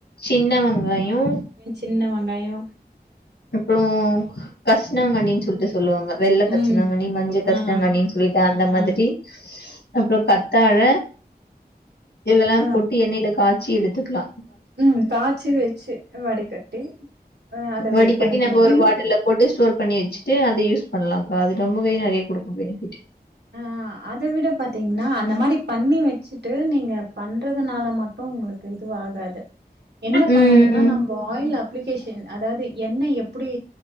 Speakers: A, on the left (about 80°); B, on the right (about 75°).
A: சின்ன வெங்காயோ
B: சின்ன வெங்காயோ
A: அப்றோ கஷ்னாங்கனின் சொல்ட்டு சொல்லுவாங்க வெள்ள கரிசிலாங்கன்னி
B: ம்
A: மஞ்ச கஷ்னாங்கனின்
B: ஆ
A: சொல்லிட்
B: ஆ
A: அந்த மாதிரி அப்புறம் கத்தாழ இதெல்லா
B: ஆ
A: போட் டு எண்ணெல காச்சி எடுத்துக்கலா
B: ம் காய்ச்சு வச்சு வடிகட்டி அ அத
A: வடிக்கட்டி
B: இது பண்ணிக்கணு
A: நம்ம ஒரு
B: இன்
A: பாட்டல்ல போட்டு ஸ்டோர் பண்ணி வெச்சுட்டு அத யூஸ் பண்ணலாங்கா அது ரொம்பவே நெறைய குடுக்கு பெனிஃபிட்
B: அ அத விட பாத்தீங்ன்னா அந்த மாரி பண்ணி வெச்சுட்டு நீங்க பண்றதுனால மட்டு உங்களுக் எதுவு ஆகாது என்ன
A: ம்
B: பண்ணணுன்னா நம் இப்ப ஆயில்ல அப்ளிகேஷன் அதாவது எண்ணெய் எப்படி